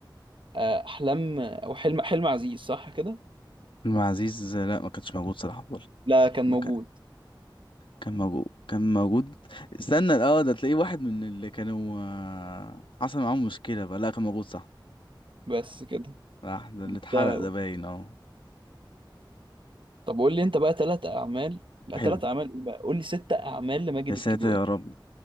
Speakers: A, on the right; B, on the left.
A: آه، احلام او حلم حلم عزيز صح كده
B: فيلم عزيز آه، لا ما كانش موجود صلاح عبد الله
A: لا كان
B: ده
A: موجود
B: كان كان موجود كان موجود استنى اه ده تلاقيه واحد من اللي كانوا آه، حصل معاهم مشكلة بقى لا كان موجود صح
A: بس كده
B: راح ده اللي
A: جبتها
B: اتحرق
A: أهو.
B: ده باين اه
A: طب قول لي انت بقى ثلاث اعمال لا
B: حلو
A: ثلاث اعمال ايه بقى قول لي ست اعمال لماجد
B: يا ساتر
A: الكدواني
B: يا رب